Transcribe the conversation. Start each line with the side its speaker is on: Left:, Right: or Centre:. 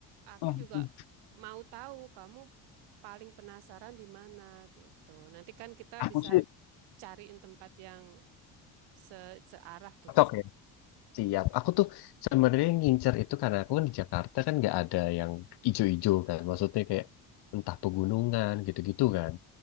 Right: aku
Left: Hmm,
Right: juga
Left: hmm.
Right: mau tahu kamu paling penasaran di mana gitu. Nanti kan kita
Left: Aku
Right: bisa
Left: sih
Right: cariin tempat yang se- searah tuh
Left: Cocok
Right: ke sana.
Left: ya? Siap. Aku tuh sebenarnya ngincer itu karena aku kan di Jakarta kan nggak ada yang ijo-ijo kan. Maksudnya kayak entah pegunungan gitu-gitu kan.